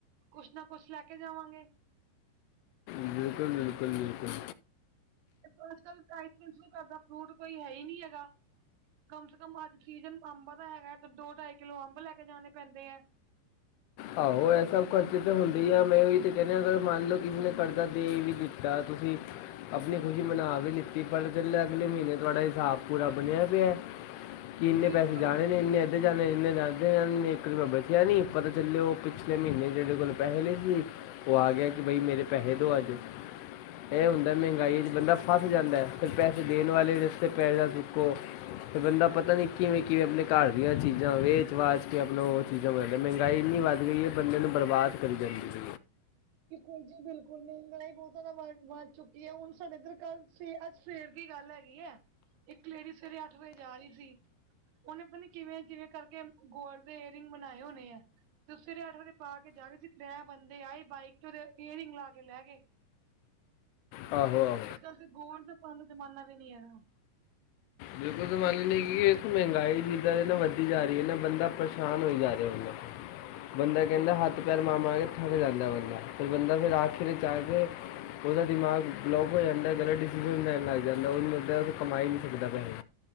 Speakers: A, on the right; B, on the left.
A: ਕੁੱਛ ਨਾ ਕੁੱਛ ਲੈ ਕੇ ਜਾਵਾਂਗੇ
B: ਬਿਲਕੁੱਲ ਬਿਲਕੁੱਲ ਬਿਲਕੁੱਲ
A: ਹ ਅੱਜ ਕੱਲ ਪੈਸੇ ਪੈਸਿਆਂ ਕਰਦਾ ਫਰੂਟ ਕੋਈ ਹੈ ਹੀ ਨਹੀਂ ਹੈਗਾ ਕਮ ਸੇ ਕਮ ਅੱਜ ਸੀਜ਼ਨ ਅੰਬਾ ਦਾ ਹੈਗਾ ਹੈ ਤੇ ਦੋ ਢਾਈ ਕਿਲੋ ਅੰਬ ਲੈ ਕੇ ਜਾਣੇ ਪੈਂਦੇ ਐ
B: ਆਹੋ ਐਹ ਸਭ ਖਰਚੇ ਤਾਂ ਹੁੰਦੇ ਹੀ ਆ ਮੈਂ ਉਹੀ ਤਾਂ ਕਹਿੰਦੇ ਅਗਰ ਮੰਨ ਲਓ ਕਿਸੇ ਨੇ ਖਰਚਾ ਦੇ ਵੀ ਦਿੱਤਾ ਤੁਸੀਂ ਆਪਣੀ ਖੁਸ਼ੀ ਮਨਾ ਵੀ ਲਿੱਤੀ, ਪਰ ਅਗਲੇ ਮਹੀਨੇ ਤੁਹਾਡਾ ਹਿਸਾਬ ਪੂਰਾ ਬਣਿਆ ਪਿਆ
A: <inaudible>
B: ਕਿ ਇੰਨੇ
A: ਬਿਲਕੁਲ
B: ਪੈਸੇ ਜਾਨੇ ਇੰਨੇ ਅੱਧੇ ਜਾਣੇ ਨੇ ਇੰਨੇ ਅੱਧੇ ਜਾਣੇ ਨੇ ਇੱਕ ਰੁਪਏ ਬਚਿਆ ਨੀ ਪਤਾ ਜੱਲੇ ਉਹ ਪਿਛਲੇ ਮਹੀਨੇ ਜਿਹੜੇ ਕੋਲ ਪੈਸੇ ਨੀ ਸੀ ਉਹ ਆ ਗਿਆ ਕਿ ਬਈ ਮੇਰੇ ਪੈਸੇ ਦੋ ਅੱਜ ਇਹ ਹੁੰਦਾ ਮਹਿੰਗਾਈ
A: ਬਿਲਕੁਲ ਸਰ
B: 'ਚ ਬੰਦਾ ਫਸ ਜਾਂਦਾ, ਫੇਰ ਪੈਸੇ ਦੇਣ ਵਾਲੇ ਰਸਤੇ ਪੈਸੇ ਸੁੱਕੋ ਤੇ ਬੰਦਾ ਪਤਾ ਨੀ ਕਿਵੇਂ-ਕਿਵੇਂ ਆਪਨੇ ਘਾਰ ਦੀਆਂ ਚੀਜ਼ਾਂ ਵੇਚ ਵਾਚ ਕੇ ਆਪਨਾ ਓ ਚੀਜਾਂ <unintelligible> ਨਈ। ਗਾਈ ਇੰਨੀ ਵੱਧ ਗਈ ਐ ਬੰਦਿਆਂ ਨੂੰ ਬਰਬਾਦ ਕਰੀ ਜਾਂਦੀ ਏ।
A: ਬਿਲਕੁਲ ਜੀ ਬਿਲਕੁਲ ਮਹਿੰਗਾਈ ਬੋਤ ਜਾਦਾ ਵ ਵੱਧ ਚੁੱਕੀ ਐ। ਹੂਨ ਸਾਡੇ ਏੱਧਰ ਘਰ ਸਵੇ ਅੱਜ ਸਵੇਰ ਦੀ ਗੱਲ ਹੈਗੀ ਐ, ਇੱਕ ਲੇਡੀ ਸਵੇਰੇ ਅੱਠ ਵਜੇ ਜਾ ਰੀ ਸੀ। ਓਨੇ ਪਤਾ ਨੀ ਕਿਵੇਂ, ਕਿਵੇਂ ਕਰਕੇ ਗੋਲਡ ਦੇ ਏਅਰ ਰਿੰਗ ਬਨਾਏ ਹੋਨੇ ਐ ਤੇ ਓ ਸਵੇਰੇ ਅੱਠ ਵਰੇ ਪਾ ਕੇ ਜਾ ਰੇ ਸੀ ਤ੍ਰੈ ਬੰਦੇ ਆਏ ਬਾਈਕ ਤੇ ਓਰੇ ਈਅਰਿੰਗ ਲਾ ਕੇ ਲੈ ਗਏ।
B: ਆਹੋ-ਆਹੋ।
A: ਅੱਜ-ਕੱਲ ਤੇ ਗੋਲਡ ਦੇ ਪਾਨ ਦਾ ਜਮਾਨਾ ਵੀ ਨੀ ਹੈਗਾ।
B: ਬਿਲਕੁਲ ਸੰਭਾਲਨੀ ਹੈਗੀ ਏ। ਇੱਕ ਮਹਿੰਗਾਈ ਜਿੱਦਾਂ ਏ ਨਾ ਵਧਦੀ ਜਾ ਰੀ ਏ ਨਾ ਬੰਦਾ ਪਰੇਸ਼ਾਨ ਹੋਈ ਜਾ ਰਿਐ, ਬੰਦਾ। ਬੰਦਾ ਕੈਂਦਾ ਹੱਥ ਪੈਰ ਮਾਰ-ਮਾਰ ਕੇ ਥੱਕ ਜਾਂਦੈ ਬੰਦਾ। ਫੇਰ ਬੰਦਾ ਫੇਰ ਆਖਿਰ ਵਿੱਚ ਆ ਕੇ ਓਦਾ ਦਿਮਾਗ ਬਲੋਕ ਹੋ ਜਾਂਦੈ। ਜੜਾ ਡਿਸੀਜ਼ਨ ਲੈਣ ਲੱਗ ਜਾਂਦਾ ਓਨੂੰ ਜਾ ਕੇ ਕਮਾ ਈ ਨੀ ਸਕਦਾ ਪੈਹੇ।